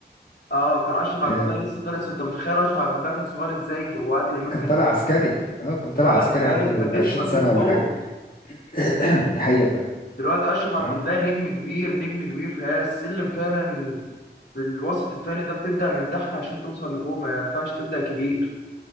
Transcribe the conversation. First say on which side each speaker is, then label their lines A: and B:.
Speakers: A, on the left (about 75°); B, on the left (about 55°).
A: اه كان اشرف عبد
B: آه،
A: الباقي لسه طالع انت متخيل اشرف عبد الباقي كان صغير ازاي وعادل امام
B: كان
A: كان
B: طالع عسكري اه كان طالع
A: كان على
B: عسكري
A: الكاري
B: عنده
A: وكان لسه
B: 20
A: ما
B: سنه
A: فيش
B: ولا
A: جول
B: حاجه <coughs> <clears throat> دي حقيقه فعلا.
A: دلوقتي اشرف عبد
B: كان
A: الباقي نجم كبير نجم كبير فهي السلم فعلا الوسط الفني ده بتبدأ من تحت عشان توصل لفوق ما ينفعش تبدأ كبير